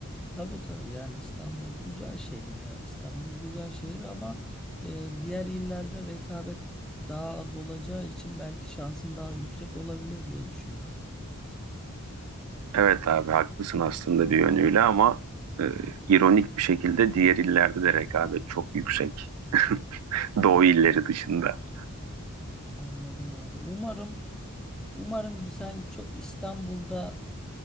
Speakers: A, in the centre; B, on the right (about 80°).
A: Tabii tabii yani İstanbul güzel şehir ya İstanbul güzel şehir ama e, diğer illerde rekabet daha az olacağı için belki şansın daha yüksek olabilir diye düşünüyorum.
B: Evet abi haklısın aslında bir yönüyle ama e, ironik bir şekilde diğer illerde de rekabet çok yüksek. <laughs> Doğu illeri dışında.
A: Anladım abi. Umarım umarım sen çok İstanbul'da